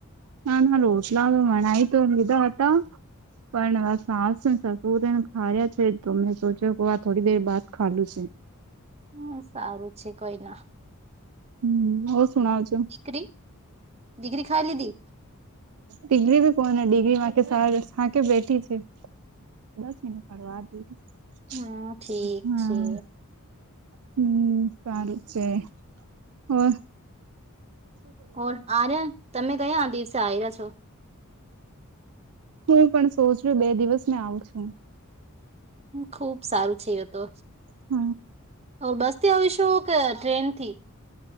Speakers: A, on the right; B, on the right.
A: ના રોટલાા બનાય તો લિધા આતા પણ સાસને સસુરને ખા્યા છે તો સોચ્યો કે આ થોડી દેર બાદ ખાલુ છે
B: હ સારું છે કોઈ ના
A: હમ ઓ સુણાવ છો
B: દિકરી દીકરી ખાલી ધી
A: દીકરી બી કોને દીકરી સાસુ હારે કે બેઠી છે. <unintelligible>
B: હમ ઠીક
A: હા
B: છે.
A: હમ સારું છે હો
B: હોર આ રહ્યા તમે કયા આ દિવસે આ રહ્યા છો.
A: હું પણ સોચું બે દિવસ મે આવુ છું.
B: ખુબ સારું છે એ તો
A: હ
B: બસ આવીશું ટ્રેન થી